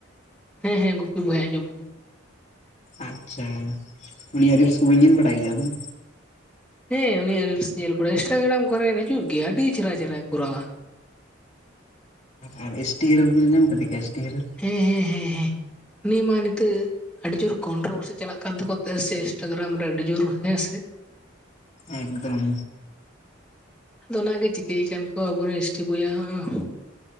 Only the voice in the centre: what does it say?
ᱦᱮᱸ ᱦᱮᱸ ᱜᱩᱯᱤ ᱵᱚᱭᱦᱟ ᱟᱸᱡᱚᱢ ᱠᱟᱫᱤᱧ᱾
ᱦᱮᱸ ᱩᱱᱤᱭᱟᱜ ᱨᱤᱞᱥ ᱧᱮᱞ ᱵᱟᱲᱟᱭ ᱤᱱᱥᱴᱟᱜᱨᱟᱢ ᱠᱚᱨᱮ ᱨᱮ ᱦᱤᱡᱩᱜ ᱜᱮᱭᱟ ᱟᱹᱰᱤ ᱪᱮᱦᱨᱟ ᱪᱮᱦᱨᱟᱭ ᱠᱚᱨᱟᱣᱟ᱾
ᱦᱮᱸ ᱦᱮᱸ ᱦᱮᱸ ᱦᱮᱸ ᱩᱱᱤ ᱢᱟ ᱱᱤᱛᱚᱜ ᱟᱹᱰᱤ ᱡᱳᱨ ᱠᱚᱱᱴᱨᱚ ᱵᱷᱟᱨᱥᱤ ᱪᱟᱞᱟᱜ ᱠᱟᱱ ᱛᱟᱠᱚᱣᱟ ᱛᱮ ᱥᱮ ᱤᱱᱥᱴᱟᱜᱨᱟᱢ ᱨᱮ ᱟᱹᱰᱤ ᱡᱩᱨ ᱦᱮᱸ ᱥᱮ
ᱟᱫᱚ ᱚᱱᱟᱜᱮ ᱪᱤᱠᱟᱹᱭ ᱠᱟᱱ ᱠᱚ ᱟᱵᱚᱨᱮᱱ ᱮᱥᱴᱤ ᱵᱚᱭᱦᱟ ᱦᱚᱸ ᱦᱟᱜ ᱦᱚᱸ